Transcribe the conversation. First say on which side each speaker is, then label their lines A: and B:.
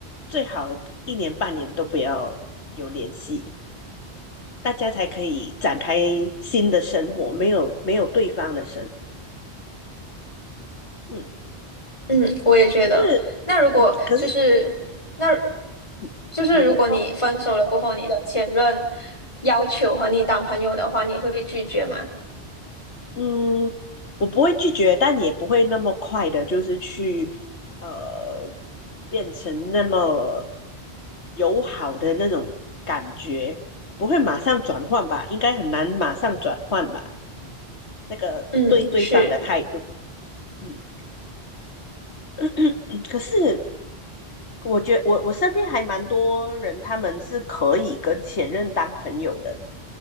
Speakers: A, on the left (about 85°); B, on the left (about 25°).
A: 最好一年半年都不要有联系，大家才可以展开新的生活，没有没有对方的生活。嗯，
B: 嗯，我也觉得。
A: 可是
B: 那如果就是那，
A: 嗯可是嗯你先说，
B: 就是如果你分手了过后，你的前任要求和你当朋友的话，你会拒绝吗？
A: 嗯，我不会拒绝，但也不会那么快的，就是去呃变成那么友好的那种感觉，不会马上转换吧？应该很难马上转换吧？那个对对方的态度。
B: 嗯，是，
A: 嗯，<coughs> <clears throat> 可是我觉我我身边还蛮多人，他们是可以跟前任当朋友的，